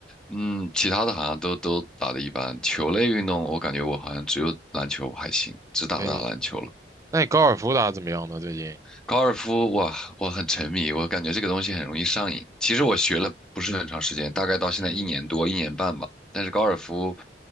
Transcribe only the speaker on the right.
可以那你高尔夫打得怎么样呢？最近？
嗯